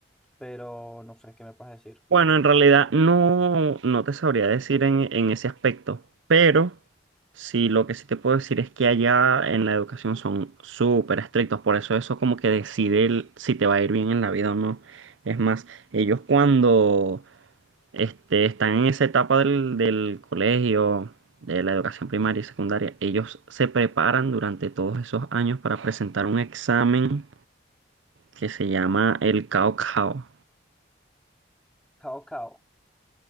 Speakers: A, in the centre; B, on the right (about 85°).
A: pero no sé qué me puedes decir.
B: Bueno, en realidad no, no te sabría decir en, en ese aspecto, pero sí lo que sí te puedo decir es que allá en la educación son súper estrictos, por eso eso como que decide el- si te va a ir bien en la vida o no. Es más, ellos cuando este, están en esa etapa del, del colegio, de la educación primaria y secundaria, ellos se preparan durante todos esos años para presentar un examen que se llama el Cao Cao.
A: Cao Cao.